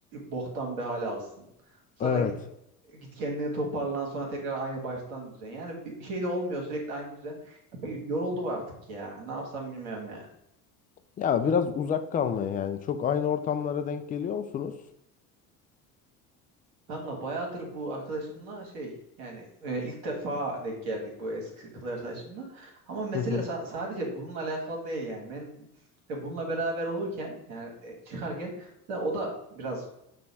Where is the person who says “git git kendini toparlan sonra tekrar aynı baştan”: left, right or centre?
Right